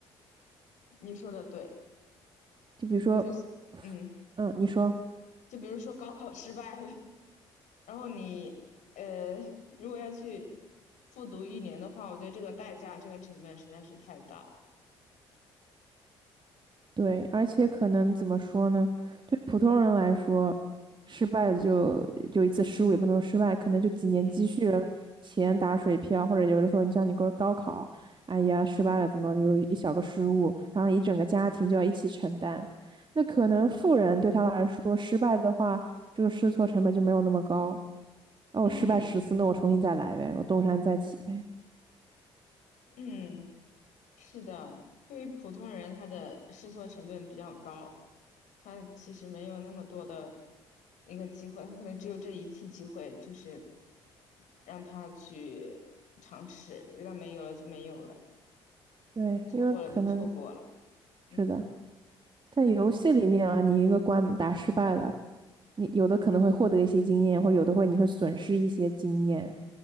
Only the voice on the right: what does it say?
就比如说，
嗯，你说，
对，而且可能怎么说呢？对普通人来说，失败就就一次失误，也不能说失败，可能就几年积蓄的钱打水漂，
或者有的时候你像你高高考，哎呀失败了，怎么有一小个失误，然后一整个家庭就要一起承担。那可能富人对他来说，失败的话，这个试错成本就没有那么高。哦，
我失败十次，那我重新再来呗，我东山再起呗。
对，
因为可能
是的。在游戏里面啊，你一个关打失败了，你有的可能会获得一些经验，或者有的会你会损失一些经验，